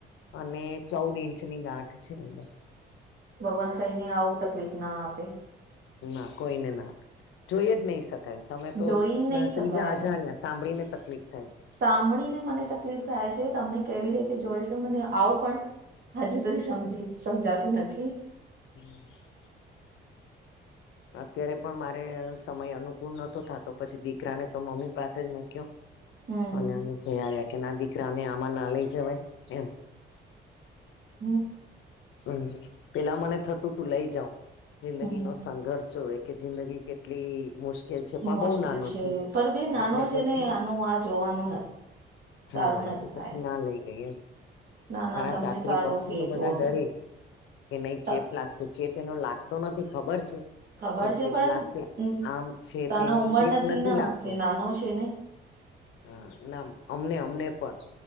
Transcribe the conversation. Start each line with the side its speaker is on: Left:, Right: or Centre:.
Left: અને ચૌદ ઇંચની ગાંઠ છે અંદર.
Right: ભગવાન કઈને આવું તકલીફ ના આપે.
Left: ના કોઈને ના. જોઈ જ નઈ શકાય તમે તો
Right: જોઈ નહી
Left: ત્રીજા
Right: શકાય
Left: અજાણ્યા,
Right: એમ
Left: સાંભળીને તકલીફ થાય છે.
Right: સાંભળીને મને તકલીફ થાય છે તમને કેવી રીતે જોઈ છે મને આવું પણ હજુ તો સમજી સમજાતું નથી.
Left: હમ અત્યારે પણ મારે સમય અનુકૂળ નતો થાતો પછી દીકરાને તો મમ્મી પાસે જ મૂક્યો.
Right: હમ
Left: અને અમે જઈ આવ્યા કે ના દીકરાને આમાં ના લઈ જવાય એમ.
Right: હમ્મ.
Left: હમ્મ, પેલા મને થતું તું લઈ જાઉં જિંદગીનો
Right: હમ
Left: સંઘર્ષ જોવે. કે જિંદગી કેટલી મુશ્કે કે છે પણ
Right: મુશ્કેલ
Left: બઉ નાનો છે
Right: પર બે નાનો
Left: એટલે પછી
Right: છે ને આનું આ જોવાનું નથી
Left: હા
Right: સારું
Left: એટલે
Right: નથી થાય
Left: પછી ના લઈ ગઈ એમ
Right: ના ના
Left: મારા
Right: તમને
Left: સાસરી
Right: સારું
Left: પક્ષે
Right: કીધું
Left: તો બધા ડરે કે નહીં
Right: ત
Left: ચેપ લાગશે ચેપ એનો લાગતો નથી ખબર છે.
Right: ખબર
Left: પણ
Right: છે
Left: ચેપ
Right: પણ
Left: લાગશે આમ છે,
Right: તના
Left: તેમ છે,
Right: ઉમર
Left: ચેપ નથી
Right: ને
Left: લાગતો.
Right: તે નાનો છે ને.
Left: હા ના અમને અમને પણ